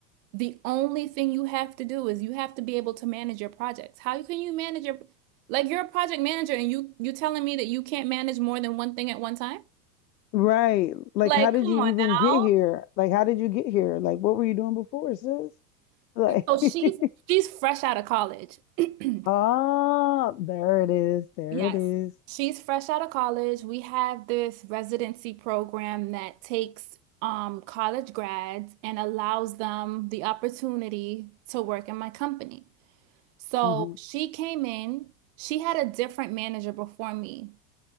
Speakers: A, on the right (about 55°); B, on the left (about 80°).
A: the only thing you have to do is you have to be able to manage your projects. How can you manage your like you're a project manager and you you telling me that you can't manage more than one thing at one time?
B: Right. Like,
A: Like,
B: how did
A: come
B: you
A: on
B: even
A: now.
B: get here? Like, how did you get here? Like, what were you doing before, sis? Like,
A: So she's
B: <laughs>
A: she's fresh out of college. <clears throat>
B: ah, there it is. There
A: Yes.
B: it is.
A: She's fresh out of college. We have this residency program that takes um, college grads and allows them the opportunity to work in my company. So
B: Mm-hmm.
A: she came in, she had a different manager before me.